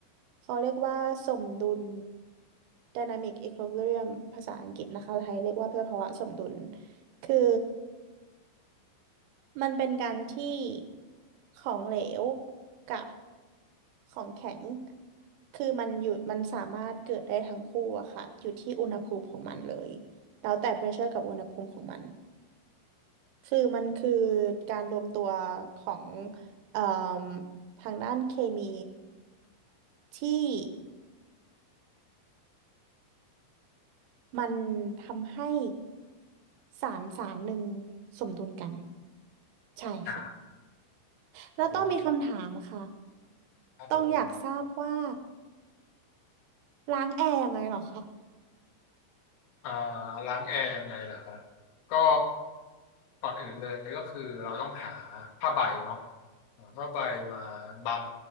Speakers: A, on the right (about 80°); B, on the left (about 80°).
A: เขาเรียกว่าสมดุล Dynamic Equilibrium ภาษาอังกฤษนะคะไทยเรียกว่าสภาวะสมดุลคือมันเป็นการที่ของเหลวกับของแข็ง คือมันอยู่มันสามารถเกิดได้ทั้งคู่อะค่ะอยู่ที่อุณหภูมิของมันเลยแล้วแต่ pressure กับอุณหภูมิของมันคือมันคือการรวมตัวของเอ่อทางด้านเคมีที่มันทำให้สารสารหนึ่งสมดุลกันใช่ค่ะ
B: อ่า
A: แล้วต้องมีคำถามค่ะ
B: ขอบคุณมากครับผม
A: ต้องอยากทราบว่าล้างแอร์ยังไงเหรอคะ
B: อ่าล้างแอร์ยังไงเหรอครับก็ก่อนอื่นเลยก็คือเราต้องหาผ้าใบเนาะหาผ้าใบมาบัง